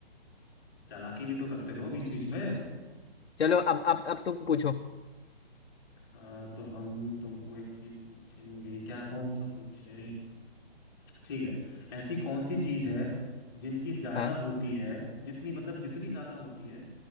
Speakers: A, on the left; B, on the left.
A: चालाकी भी तो करते हो बीच बीच में
B: चलो अब अब अब तुम पूछो
A: आ, तो हम तुमको एक चीज पूछेंगे क्या कौन सा पूछे ठीक है ऐसी कौन सी चीज है जिनकी ज्यादा
B: हाँ
A: होती है जितनी मतलब जितनी ज्यादा होती है